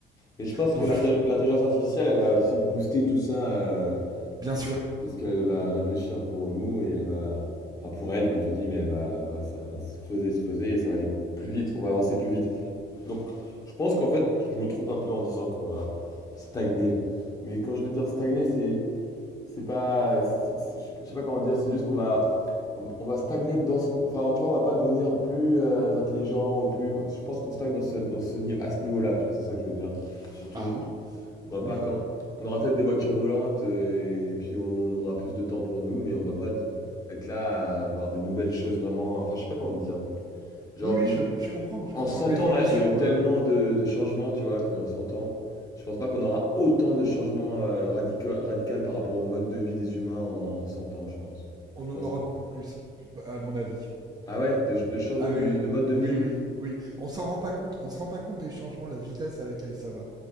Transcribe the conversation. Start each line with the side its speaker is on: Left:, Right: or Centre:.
Left: mais je pense
Right: Donc,
Left: que l'intel- l'intelligence artificielle, elle va aussi booster tout ça, euh,
Right: <laughs> bien sûr.
Left: parce qu'elle va réfléchir pour nous et elle va... Enfin, pour elle, comme tu dis, mais elle va, elle va, elle va se creuser, se creuser et ça va aller plus vite. On va avancer plus vite. Donc, je pense qu'en fait, je me trompe un peu en disant qu'on va stagner. Mais quand je veux dire stagner, c'est c'est pas, c'est- c'est- je sais pas- comment dire, c'est juste qu'on va, on, on va stagner dans ce, qu'on- enfin, tu vois, on va pas devenir plus euh, intelligent ou plus, je pense qu'on stagne dans ce, dans ce niveau, à ce niveau-là, tu vois, c'est ça que je veux dire. Surtout,
Right: Ah oui,
Left: on va
Right: oui.
Left: pas comme, on aura peut-être des voitures volantes euh, et, puis on aura plus de temps pour nous, mais on va pas de- être là à voir des nouvelles choses vraiment, enfin, je sais pas comment dire. Genre,
Right: Oui, oui,
Left: les-
Right: je, je comprends, je
Left: en
Right: comprends.
Left: 100
Right: L'évolution,
Left: ans, là, il y a eu tellement
Right: euh,
Left: de, de changements, tu vois, qu'en 100 ans, je pense pas qu'on aura autant de changements euh, radicaux- radicaux par rapport au mode de vie des humains en, en 100 ans, je pense.
Right: on
Left: Je
Right: en
Left: pense
Right: aura
Left: ça.
Right: beaucoup plus, à mon avis.
Left: Ah ouais, de, de changement
Right: Ah oui,
Left: de, de mode de
Right: oui,
Left: vie.
Right: oui, oui. oui. On s'en rend pas compte, on se rend pas compte des changements, la vitesse à laquelle ça va.